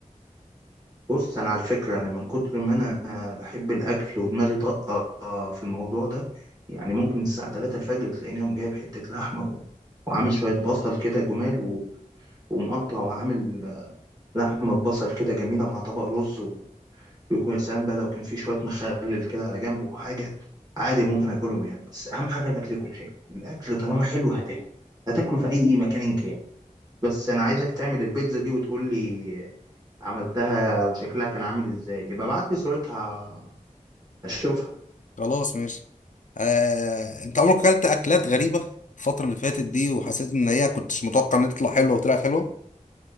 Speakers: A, on the right; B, on the left.
A: بص انا على فكره انا من كتر ما انا بحب الاكل ودماغي طاقه في الموضوع ده يعني ممكن الساعه 3 الفجر تلاقيني يوم جايب حته لحمه و... وعامل شويه بصل كده جمال و... ومقطع وعامل لحمة ببصل كده جميلة مع طبق رز و- ويكون يا سلام بقى لو كان في شوية مخلل كده على جنبه وحاجة عادي ممكن آكلهم يعني بس أهم حاجة الأكل يكون حلو الأكل طالما حلو هتاكل هتاكل في أي مكان إن كان بس أنا عايزك تعمل البيتزا دي وتقول لي عملتها وشكلها كان عامل إزاي يبقى ابعت لي صورتها أشوفها
B: خلاص ماشي آه، انت عمرك اكلت اكلات غريبه الفتره اللي فاتت دي وحسيت ان هي كنتش متوقع ان هي تطلع حلوه وطلعت حلوه